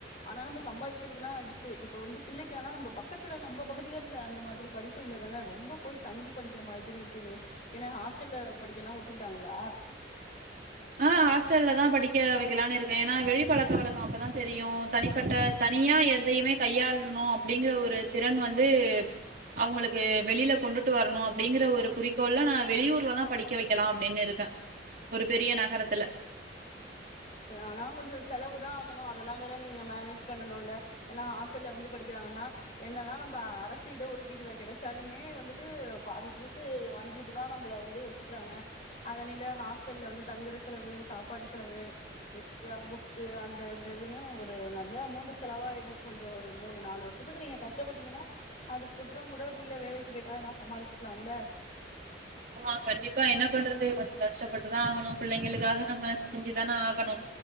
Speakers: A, on the left; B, on the right.
A: ஆனா நம்ப சம்பாதிக்கிறதுல்லா அடுத்து இப்போ வந்து பிள்ளைக்கு ஆனா நம்ப பக்கத்துல நம்ப பகுதிகள்ல அந்த மாதிரி படிப்பு இல்லதான ரொம்ப போய் தங்கி படிக்கிற மாதிரி இருக்குமே ஏனா ஹாஸ்டல் ல படிக்கல்லா ஒத்துக்கிட்டாங்களா
B: ஆ ஹாஸ்டல்ல தா படிக்க வெக்கலானு இருக்கே ஏன்னா வெளி பழக்க வழக்க அப்பதா தெரியு தனிப்பட்ட தனியா எதையுமே கையாளணு அப்டிங்கற ஒரு திறன் வந்து அவுங்களுக்கு வெளியில கொண்டுட்டு வரணு அப்டிங்கிற ஒரு குறிக்கோள்ல நா வெளியூர்லதா படிக்க வைக்கலா அப்டின்னு இருக்கே ஒரு பெரிய நகரத்துல
A: ஆனா கொஞ்ச செலவு தா ஆகணு அதெல்லா வேற நீங்க மேனேஜ் பண்ணணுல ஏன்னா ஹாஸ்டல்ல வந்து படிக்கிறாங்கன்னா என்னதா நம்ப அரசு இட ஒதுக்கீட்டுல கெடச்சாலுமே வந்து ட்டு பாதி பீசு வாங்கி ட்டு தா நம்பள வந்து வச்சுக்கிறாங்க அதனில ஹாஸ்டல்ல வந்து தங்குற செலவு சாப்பாடு செலவு எக்ஸ்ட்ரா புக்கு அந்த இந்ததுன்னு ஒரு நல்ல அமௌண்ட் செலவாயிடு கொஞ்ச ஒரு மூணு நாலு வரு சத்துக்கு நீங்க கஷ்டப்பட்டீங்கன்னா அதுக்கப்புறோ கூட புள்ள வேலைக்கு போய்ட்டா எல்லா சமாளிச்சுக்கலாம்ல
B: ஆமா கண்டிப்பா என்ன பண்றது கொஞ்ச கஷ்டப்பட்டுதா ஆகணு பிள்ளைங்களுக்காக நம்ம செஞ்சுதானே ஆகணு